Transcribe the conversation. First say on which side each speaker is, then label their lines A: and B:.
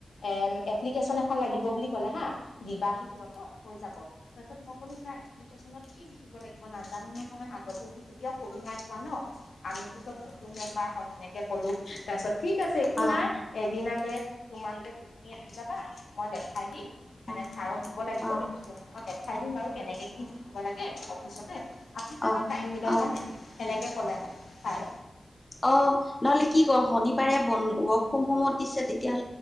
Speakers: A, on the left; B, on the left.
A: এম এপ্লিকেশচন এখন লাগিব বুলি ক'লে হা দিবাহি লগত হৈ যাব তাৰপাছত মই ক'লো ছাৰ এ্পলিকেশ্যনত কি লিখিব লাগিব নাজানো নহয় আগতেও যেো কেতিয়াও কৰি নাই পোৱা ন আমিতো চব নতুন মেম্বাৰ হয় সেনেকে কলো তাৰ পিছত ঠিক আছেোোনাৰ
B: অ' অ'
A: এদিন তোমালোকে দুজনী আহি যাবা মই দেখাই দিম মানে
B: অ'
A: ছাৰক দিব লাগিবতো
B: অ'
A: মই দেখাই দিম বাৰু কেনেকে কি দিব লাগে অফিচতে আহি যাবা
B: অ'
A: টাইম মিলাই জানাই
B: অ'
A: তেনেকে ক'লে আকৌ চাই
B: অ নহলে কি কৰ শনিবাৰে বন ৱৰ্ক ফ্ৰম হোমত দিছে তেতিয়া'লে